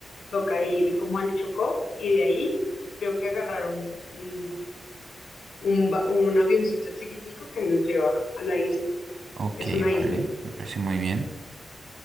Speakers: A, on the left; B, on the right.
A: Toca ir como al Chocó y de ahí creo que agarrar un, un, un ba- un avioncito chiquitico que nos lleva a la isla.
B: Ok,
A: Es una
B: vale,
A: isla.
B: me parece muy bien.